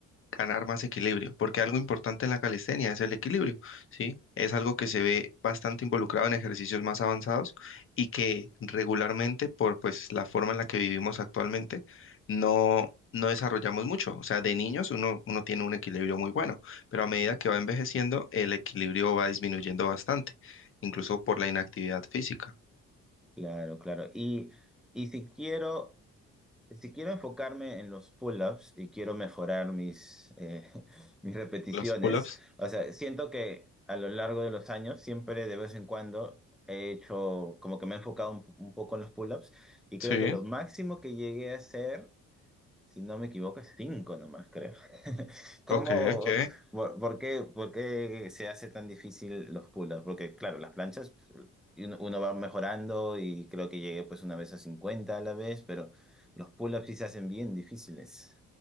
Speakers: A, on the left (about 45°); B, in the centre.
A: ganar más equilibrio, porque algo importante en la calistenia es el equilibrio, ¿sí? Es algo que se ve bastante involucrado en ejercicios más avanzados y que regularmente, por pues la forma en la que vivimos actualmente, no, no desarrollamos mucho. O sea, de niños uno, uno tiene un equilibrio muy bueno, pero a medida que va envejeciendo, el equilibrio va disminuyendo bastante, incluso por la inactividad física.
B: Claro, claro. Y, y si quiero... Si quiero enfocarme en los pull-ups y quiero mejorar mis, eh, <laughs> mis repeticiones,
A: Los pull-ups.
B: o sea, siento que a lo largo de los años, siempre de vez en cuando he hecho, como que me he enfocado un, un poco en los pull-ups y creo
A: Sí,
B: que lo máximo que llegué a hacer si no me equivoco, es cinco nomás, creo. <laughs> ¿Cómo,
A: ok, ok.
B: por, por qué, por qué se hace tan difícil los pull-ups? Porque, claro, las planchas pues, y uno, uno va mejorando y creo que llegué pues una vez a 50 a la vez, pero los pull-ups sí se hacen bien difíciles.